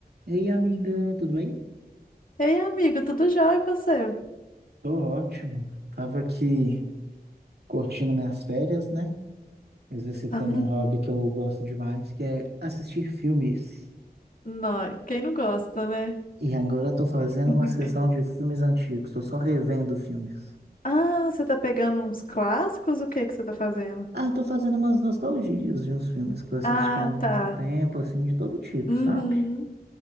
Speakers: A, on the right (about 80°); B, on the left (about 60°).
A: Ei, amiga, tudo bem?
B: Ei, amigo, tudo jóia e você?
A: Tô ótimo. Tava aqui curtindo minhas férias, né? Exercitando
B: Hum,
A: um hobby que eu gosto demais, que é assistir filmes.
B: nó- quem não gosta, né?
A: E agora eu tô fazendo
B: <laughs>
A: uma sessão de filmes antigos, tô só revendo filmes.
B: Ah, você tá pegando uns clássicos? O que que você tá fazendo?
A: Ah, tô fazendo umas nostalgias de uns filmes que eu assisti
B: Ah,
A: há muito
B: tá.
A: tempo, assim, de todo tipo,
B: Uhum.
A: sabe?